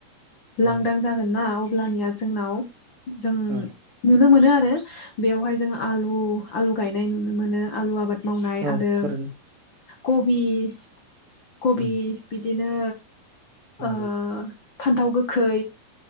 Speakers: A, on the left; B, on the right.
A: लांदां
B: औ
A: जागोन ना अ अब्लानिया जोंनाव। जों।
B: औ
A: नुनो मोनो आरो बेयावहाय जोङो आलु आलु गायनाय नुनो मोनो आलु आबाद। मावनाय
B: औ
A: आरो
B: थारैनो
A: कबि <inaudible> कबि
B: उम
A: बि बिदिनो
B: नंगौ
A: ओ फान्थाव गोखै